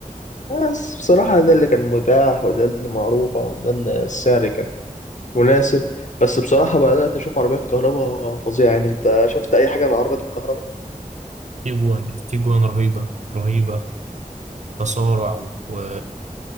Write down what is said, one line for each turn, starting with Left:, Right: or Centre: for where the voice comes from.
Left: بس بصراحه ده اللي كان متاح وده اللي معروفه وده اللي السعر كان مناسب بس بصراحه بدات اشوف عربيات كهرباء فظيعه يعني انت شفت اي حاجه عن عربيات الكهرباء
Right: تيجوان التيجوان رهيبه رهيبه تسارع و